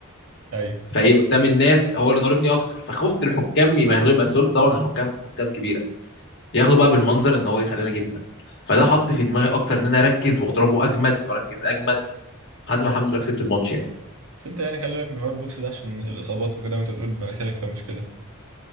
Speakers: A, on the right; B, on the left.
A: أيوه
B: فايه قدام الناس هو اللي ضاربني اكتر فخفت الحكام ما ياخدوش بس قلت طبعا الحكام حكام كبيره ياخدوا بقى بالمنظر ان هو يخليني اجيب دم فده حط في دماغي اكتر ان انا اركز واضربه اجمد واركز اجمد لحد ما الحمد لله كسبت الماتش يعني
A: بس أنت يعني خلي بالك من حوار البوكس ده عشان الإصابات وكده وأنت بتقول مناخيرك فيها مشكلة